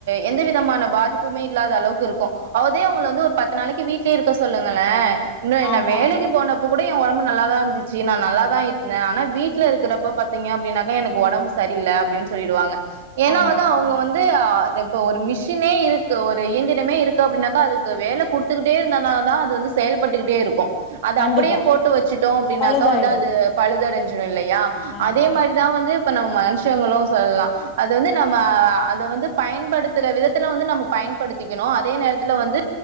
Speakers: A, on the right; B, on the left.
A: எந்த விதமான பாதிப்புமே இல்லாத அளவுக்கு இருக்கு அதே அவங்கள வந்து ஒரு பத்து நாளைக்கு வீடலயே இருக்க சொல்லுங்கள இன்னு
B: ஆமா
A: நா வேலைக்கு போன இப்ப கூட ஏ உடம் நல்லாதா இருந்துச்சு நா நல்லா தா இருந்தே ஆனா வீட்டுல இருக்கிறப்ப பாத்தீங்க அப்படினாக்க எனக்கு உடம்பு சரியில்ல அப்படின்னு சொல்லிடுவாங்க ஏன்னா
B: ஆமா
A: வந்து அவங்க வந்து இப்ப ஒரு மிஷினே இருக்கு ஒரு இயந்திரமே இருக் அப்படின்னாக்கா அதுக்கு வேல கொடுத்துக்கிட்டே இருந்தா நா தா அது வந்து செயல்பட்டுக்கிட்டே இருக்கு அது
B: கண்டிப்பா
A: அப்படியே போட்டு வச்சு அப்புடின்னாக்கா
B: பழுதாயிடு
A: வந்து அது பழுத் தரஞ்சு ஞ்ரு இல்லையா
B: ஆமா
A: அதே மாரிதா வந்துப் இப்ப நம்ம மனுஷங்களு சொல்லலா அது வந்து நம்ம அது வந்து பயன்படுத்துற விதத்துல வந்து நம்ம பயன்படுத்திக்கணு அதே நேரத்துல வந்து